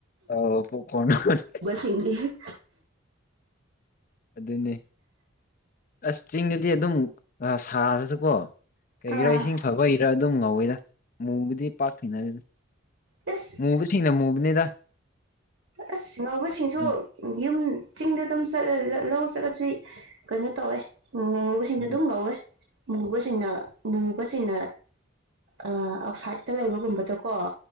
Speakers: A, on the left; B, on the right.
A: ꯑꯣ ꯄꯣꯞ ꯀꯣꯔꯣꯔꯟ ꯑꯣꯜꯂꯦ
B: ꯆꯤꯟꯗꯤꯌꯦ
A: ꯑꯗꯨꯅꯦ ꯑꯁ ꯆꯤꯡꯗꯗꯤ ꯑꯗꯨꯝ ꯑꯥ ꯁꯥꯔꯁꯨꯀꯣ ꯀꯩꯒꯤꯔꯥ
B: ꯑꯥ
A: ꯏꯁꯤꯡ ꯐꯕꯩꯔꯥ ꯑꯗꯨꯝ ꯉꯧꯋꯤꯗ ꯃꯨꯕꯨꯗꯤ ꯄꯥꯛ ꯊꯦꯡꯅꯗꯦꯗ
B: ꯑꯁ
A: ꯃꯨ ꯕꯁꯤꯡꯅꯥ ꯃꯨꯕꯅꯦꯗ
B: ꯑꯁ ꯉꯧꯕꯁꯤꯡꯁꯨ
A: ꯎꯝ
B: ꯌꯨꯝ ꯆꯤꯡꯗ ꯑꯗꯨꯝ ꯆꯠꯂ ꯂꯧ ꯆꯠꯂꯁꯨ ꯀꯩꯅꯣ ꯇꯧꯋꯦ ꯉꯧꯕꯁꯤꯡꯁꯨ
A: ꯎꯝ
B: ꯑꯗꯨꯝ ꯉꯧꯋꯦ ꯃꯨꯕꯁꯤꯡꯅ ꯃꯨꯕꯁꯤꯡꯅ ꯑ ꯑꯥꯎꯁꯥꯏꯗꯠꯇ ꯂꯩꯕꯒꯨꯝꯕꯗ ꯀꯣ